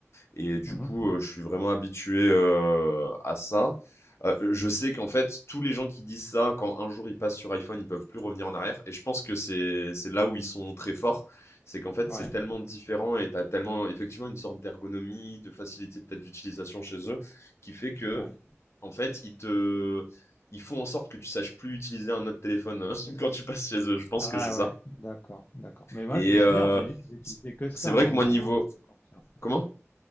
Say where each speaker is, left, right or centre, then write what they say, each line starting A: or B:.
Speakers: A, on the left; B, on the left.
A: Et du
B: Mhm.
A: coup, heu, je suis vraiment habitué, heu, à ça. Heu, je sais qu'en fait, tous les gens qui disent ça, quand un jour ils passent sur iPhone, ils peuvent plus revenir en arrière et je pense que c'est c'est là où ils sont très forts. C'est qu'en fait,
B: Ouais,
A: c'est tellement différent et t'as tellement effectivement une sorte d'ergonomie, de facilité peut-être d'utilisation chez eux, qui fait que
B: ouais.
A: en fait, ils te ils font en sorte que tu saches plus utiliser un autre téléphone, heu, <laughs> quand tu passes chez eux. Je pense
B: Ah
A: que c'est ça
B: ouais, d'accord, d'accord. Mais moi,
A: et
B: je vais
A: heu,
B: te dire, j'ai j'ai utilisé que ça,
A: c'est vrai
B: hein,
A: que moi niveau
B: alors c'est encore pire.
A: comment?